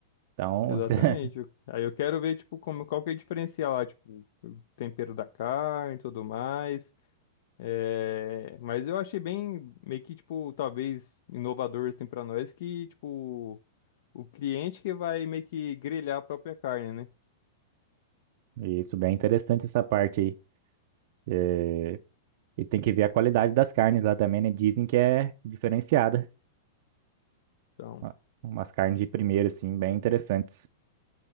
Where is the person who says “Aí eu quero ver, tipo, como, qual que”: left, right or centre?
Left